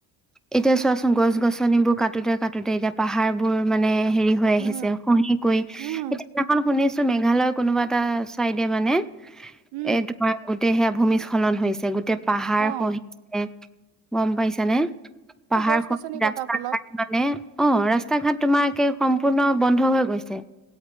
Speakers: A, in the centre; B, on the right.
A: এতিয়া, চোৱাচোন গছ গছনিবোৰ কাটোতে কাটোতে এতিয়া পাহাৰ বোৰ মানে হেৰি হৈ
B: উম,
A: আহিছে, খঁহি গৈ এতিয়া
B: উম,
A: সিদিনাখন শুনিছো, মেঘালয়ৰ কোনোবা এটা চাইডে মানে
B: উম,
A: এই গোটেই সেয়া ভূমিস্খলন হৈছে গোটেই পাহাৰ
B: অ',
A: গম পাইছানে, পাহাৰ
B: এই গছ গছনি
A: ৰাস্তা
B: কটাৰ ফলত
A: ঘাটমান নে অ' ৰাস্তা ঘাট তোমাৰে সম্পূৰ্ণ বন্ধ হৈ গৈছে